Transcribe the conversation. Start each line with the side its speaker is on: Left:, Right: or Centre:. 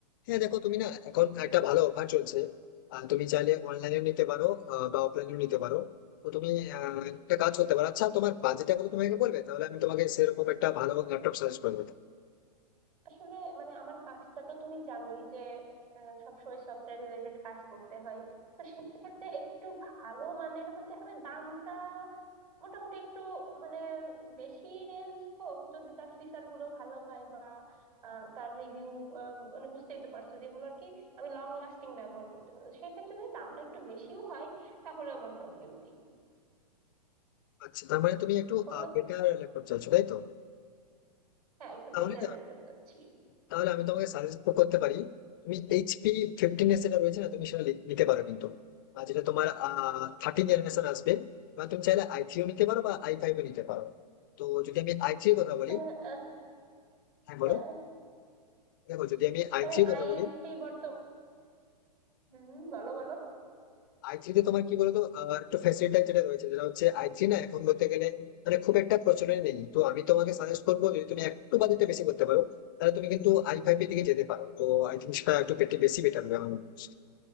Left: হ্যাঁ দেখো তুমি না এখন একটা ভালো অফার চলছে আর তুমি চাইলে অনলাইনেও নিতে পারো আহ, বা অফলাইনেও নিতে পারো তো তুমি আহ, একটা কাজ করতে পারো আচ্ছা তোমার বাজেটটা কত তুমি আমাকে বলবে তাহলে আমি তোমাকে সেরকম একটা ভালো ল্যাপটপ সাজেস্ট করে দেবো
Right: আসলে মানে আমার কাজটা তো তুমি জানোই যে আহ, সবসময় সফটওয়্যার রিলেটেড কাজ করতে হয় তো সেক্ষেত্রে একটু ভালো মানের হতে হবে দামটা মোটামুটি একটু মানে বেশি রেঞ্জ হোক যদি তার ফিচার গুলো ভালো হয় বা আহ, তার রিভিউ মানে বুঝতেই তো পারছো যেগুলো আর কি আমি লং লাস্টিং ব্যবহার করতে পারবো সেক্ষেত্রে যদি দামটা একটু বেশিও হয় তাহলে আমার প্রবলেম নেই
Left: আচ্ছা তার মানে তুমি একটু
Right: বলো
Left: বেটার
Right: তো
Left: ল্যাপটপ চাইছো তাই তো
Right: হ্যাঁ একটু
Left: তাহলে
Right: বেটার ল্যাপটপ চাচ্ছি
Left: তাহলে আমি তোমাকে সাজেস্ট করতে পারি তুমি এইচপি ফিফটিন এ যেটা রয়েছে না তুমি সেটা লি- নিতে পারো কিন্তু আর যেটা তোমার থার্টিন জেনারেশন আসবে এবার তুমি চাইলে আই থ্রিও নিতে পারো বা আই ফাইভও নিতে পারো তো যদি আমি আই থ্রির কথা বলি
Right: আহ, আহ,
Left: হ্যাঁ বলো
Right: হ্যাঁ
Left: দেখো যদি আমি আই
Right: মানে
Left: থ্রির কথা
Right: আই
Left: বলি
Right: থ্রি বর্তমান হুম বলো বলো
Left: আই থ্রিতে তোমার কি বলতো আহ, একটু ফ্যাসিলিটি যেটা রয়েছে যেটা হচ্ছে আই থ্রি না এখন বলতে গেলে মানে খুব একটা প্রচলন নেই তো আমি তোমাকে সাজেস্ট করবো যদি তুমি একটু বাজেটটা বেশি করতে পারো তাহলে তুমি কিন্তু আই ফাইভ এর দিকে যেতে পারো তো আই থিঙ্ক সেটা একটু বেশি বেটার হবে আমার মনে হয়।